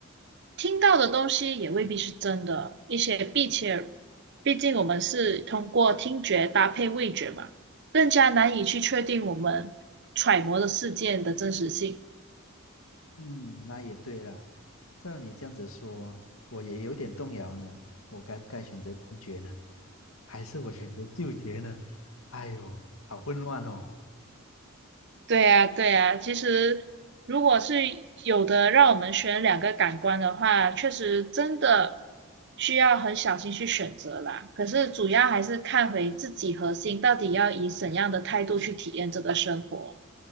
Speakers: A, on the right (about 55°); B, on the left (about 75°).
A: 听到的东西也未必是真的，一些并且，毕竟我们是通过听觉搭配味觉嘛，更加难以去确定我们揣摩的事件的真实性。
B: 嗯，那也对了。照你这样子说，我也有点动摇呢。我该不该选择听觉呢？还是我选择嗅觉呢？哎呦，好混乱哦。
A: 对呀，对呀，其实如果是有的让我们选两个感官的话，确实真的需要很小心去选择啦。可是主要还是看回自己核心到底要以怎样的态度去体验这个生活。